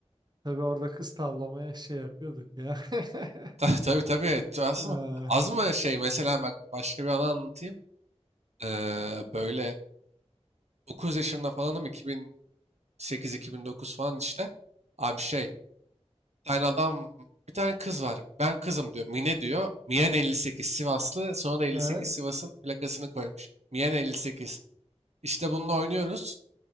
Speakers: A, on the right (about 40°); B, on the right (about 75°).
A: Tabii orada kız tavlamaya şey yapıyorduk ya. <laughs>
B: <laughs> Tabii tabii tabii. Az
A: Ee,
B: mı, az mı şey mesela bak başka bir anı anlatayım. Ee, böyle 9 yaşında falanım 2008-2009 falan işte. Abi şey bir tane adam bir tane kız var. Ben kızım diyor. Mine diyor. Mian 58 Sivaslı. Sonra da 58
A: Evet.
B: Sivas'ın plakasını koymuş. Mian 58. İşte bununla oynuyoruz